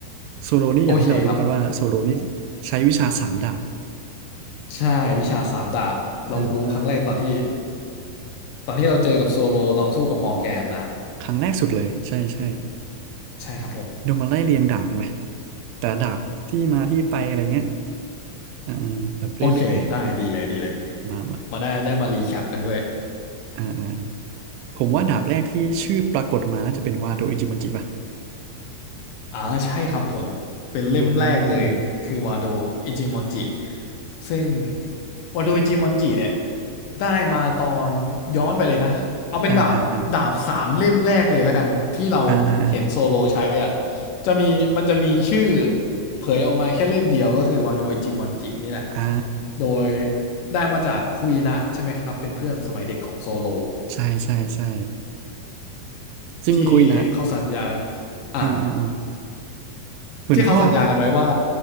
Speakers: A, on the right; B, on the left.
A: โซโลนี่อย่างที่เรารู้กันว่าโซโลนี่
B: โอเคครับ
A: ใช้วิชาสามดาบ
B: ใช่วิชาสามดาบเรารู้ครั้งแรกตอนที่
A: อ่า
B: ตอนที่เราเจอกับโซโลตอนสู้กับมอร์แกนอ่ะ
A: ครั้งแรกสุดเลยใช่ใช่
B: ใช่ครับผม
A: เดี๋ยวมาไล่เรียงดาบกันไหมแต่ละดาบที่มาที่ไปอะไรเงี้ยอ่าอ่าแบบเรื่อย
B: โอเคได้ดีเลยดีเลย
A: ๆมามา
B: มาได้ได้มารีแคปกันด้วย
A: อ่าอ่าผมว่าดาบแรกที่ชื่อปรากฏมาน่าจะเป็นวาโดอิจิบันจิป่ะ
B: อ่าใช่ครับผมเป็นเล่มแรกเลยคือวาโดอิจิมอนจิ
A: อ่า
B: ซึ่งวาโดอิจิมอนจิเนี่ยได้มาตอนย้อนไปเลยนะเอาเป็นดาบดาบสามเล่มแรกเลยแล้วกันที่เราเห็นโซโลใช้อ่ะ
A: อ่าอ่าอ่าอ่าอ่า
B: จะมีมันจะมีชื่อเผยออกมาแค่เล่มเดียวก็คือวาโดอิจิมอนจินี่แหละ
A: อ่า
B: โดยได้มาจากคุยนะใช่ไหมครับเป็นเพื่อนสมัยเด็กของโซโล
A: ใช่ใช่ใช่ซึ่งคุยนะ
B: ที่เขาสัญญาอ่า
A: อ่าอ่าอ่าเหมือนพ่อ
B: ที่เขาสัญญากันไว้ว่า